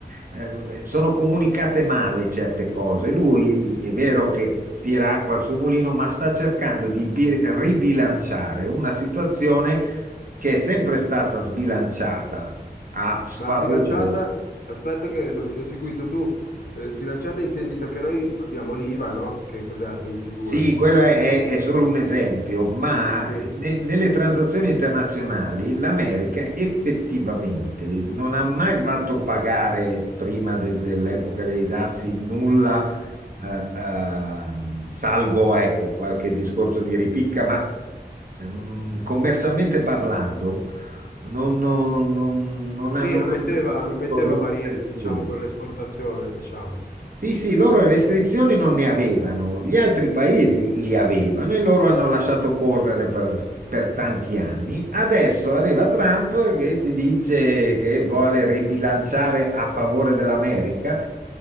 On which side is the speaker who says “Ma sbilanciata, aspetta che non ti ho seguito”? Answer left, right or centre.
Left